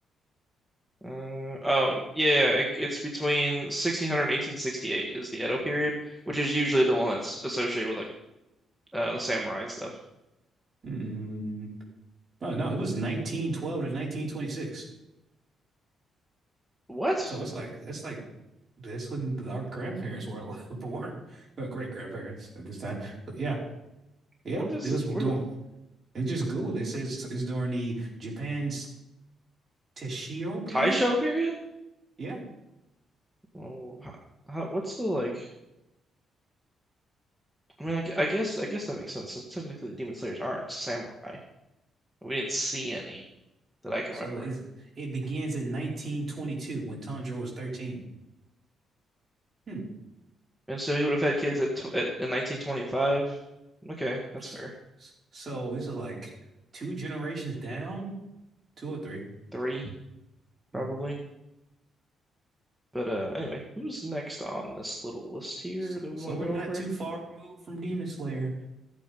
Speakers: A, in the centre; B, on the right.
A: Uh oh yeah, yeah, it, it's between 1600 and 1868 is the Edo period, which is usually the one that's associated with like uh the samurai and stuff.
B: Mm. Oh, no, it was 1912 to 1926.
A: What?
B: So it's like it's like this when our grandparents were alive, <laughs> born, well, great grandparents at this time. But yeah, yep.
A: What is
B: It was
A: it?
B: doing.
A: What
B: It just Googled. It says it's during the Japan's Taishiro period.
A: Taisho period?
B: Yeah.
A: Oh, how, how, what's the like? I mean, I, gu- I guess I guess that makes sense. Since technically, the Demon Slayers aren't samurai. We didn't see any that I can
B: So
A: remember,
B: it's, it begins in 1922 when Tanjiro was 13. Hmm.
A: and so he would have had kids at, tw at in 1925. Okay, that's
B: S-
A: fair.
B: s- So it's like two generations down, two or three.
A: Three probably.
B: Hmm.
A: But uh, anyway, who's next on this little list here
B: So,
A: that we
B: so
A: want
B: we're
A: to go
B: not
A: over?
B: too far removed from Demon Slayer.